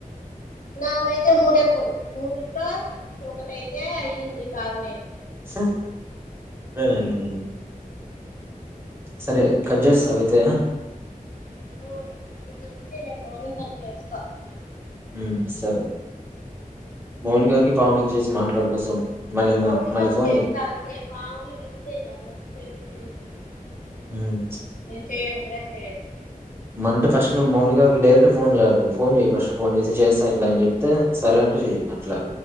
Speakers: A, on the left; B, on the right.
A: నాగైతే మూడే మూడు మూడిట్లో ఒకటయితే అయ్యింది బాగ్
B: <unintelligible> సరే కట్ జెస్తావయితే
A: <unintelligible>
B: ఉమ్ సరే మౌనికాకి పావనికి చేసి మాట్ ఎవరి కోసం మళ్ళీ
A: మౌనికాక్
B: నా మళ్ళీ ఫోన్
A: చేస్తా
B: చేయి
A: అంతే పావనీ లిఫ్ట్ చేయదు <inaudible>
B: హ్మ్.
A: నేను చెయను కూడా చెయన్
B: మంటే ఫస్ట్ నువ్ మౌనికాకి డైరెక్ట్ ఫోన్ చేయకు ఫోన్ చెయి ఫస్ట్ ఫోన్ చేసి చేస్తా ఇట్లా అని చెప్తే సరే అంటే చెయి అట్లా.